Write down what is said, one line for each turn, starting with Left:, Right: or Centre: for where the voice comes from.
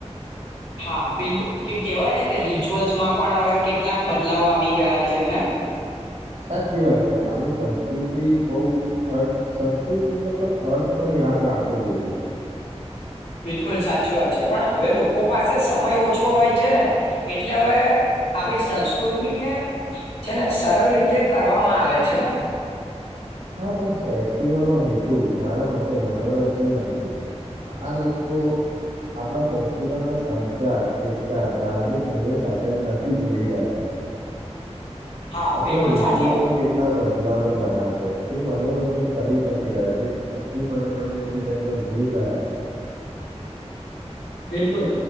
Left: હા બિલકુલ કે કહેવાય ને કે રિચ્યુઅલ્સમાં પણ હવે કેટલાક બદલાવ આવી ગયા છે હે
Right: સાચી વાત છે આપણી સંસ્કૃતિ બહ અર્થ સંસ્કૃતિ ન પણ અર્થ પણ યાદ રાખવો જોઈએ
Left: બિલકુલ સાચી વાત છે પણ હવે લોકો પાસે સમય ઓછો હોય છે ને એટલે હવે આપણી સંસ્કૃતિને છેને સરળ રીતે કરવામાં આવે છે ને
Right: હા પણ ફેસ્ટિવલનોો હેતુ મારા મતે મનોરંજન નથી આ લોકો આપણા ફેસ્ટિવલ ના સંસ્કાર એકતા ધાર્મિક મૂલ્યો સાથે નથી જોડી રહ્યા
Left: હા,
Right: આપણા
Left: બિલકુલ
Right: રિચ્યુઅલ્સ
Left: સાચી વાત.
Right: પણ કેટલા બદલાવ રહ્યા છે તે મનોરંજન કરી જ નથી રહ્યા જે અતિ મનોરંજન છે તેમે તો ભઈ રહ્યા
Left: બિલકુલ